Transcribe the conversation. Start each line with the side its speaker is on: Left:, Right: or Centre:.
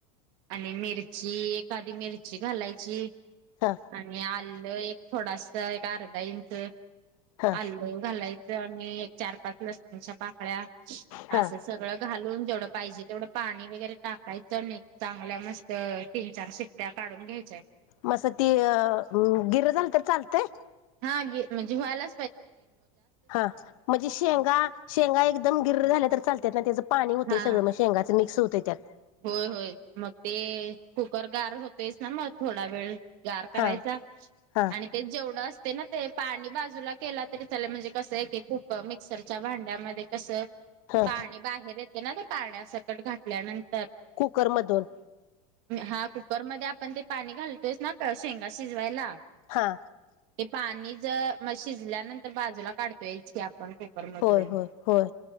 Right: आणि मिरची एखादीी मिरची घालायची
Left: हा
Right: आणि आल्लं एक थोडासा एक अर्धा इंच
Left: हा
Right: आलू घालायच आणि एक चार पाच लसणीच्या पाकळ्या
Left: हा
Right: असं सगळं घालून जेवढं पाहिजे तेवढं पाणी वगैरे टाकायचं नाही चांगल्या मस्त तीन चार सित््ट्या काढून घ्याय
Left: मस ती अ गिर झाल तररी चालतय
Right: हा गे म्हणजे व्हायला
Left: हा म्हणजे शेंगा शेंगा एकदम गिर झाल्या तर चालतात ना त्याचं पाणी होतं
Right: हा
Left: सगळ म शेंगाच मिक्स होतते त्यात
Right: होय होय मग ते कुकरगार होतेस ना मग थोडा वेळ गार करायचा
Left: हा हा
Right: आणि ते जेवढं असते ना ते पाणी बाजूला केला तरी चला म्हणजे कसं आहे क कुक मिक्सरच्या भांड्यामध्ये कसं
Left: हा
Right: पाणी बाहेर येते ना ते पाण्या सकट घातल्यानंतर
Left: कुकरमधून
Right: हा कुकरमध्येध्ये आपण ते पाणी घालतोयस ना शेंगा शिजवायला
Left: हा
Right: ते पाणी ज म शिजल्यानंतर बाजूला काढतो याछ आपण कुकर मधून
Left: होय होय होय